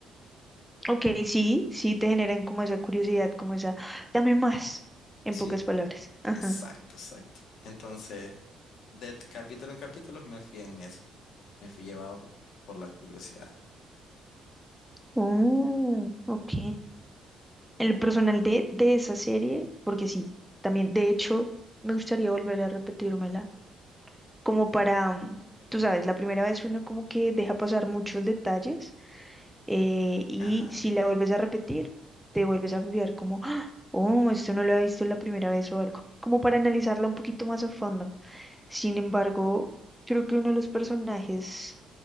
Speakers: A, in the centre; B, on the left.
A: Ok, sí, sí te generan como esa curiosidad, como esa, dame más, en
B: Sí,
A: pocas palabras. Ajá.
B: exacto, exacto. Entonces, de t- capítulo en capítulo me fui en eso, me fui llevado por la curiosidad.
A: Oh, ok. El personal de, de esa serie, porque sí, también, de hecho, me gustaría volver a repetírmela, como para, mm, tú sabes, la primera vez uno como que deja pasar muchos detalles eh, y
B: Ajá.
A: si la vuelves a repetir, te vuelves a fijar como, "Ah, oh, esto no lo he visto la primera vez o algo, como para analizarla un poquito más a fondo. Sin embargo, creo que uno de los personajes,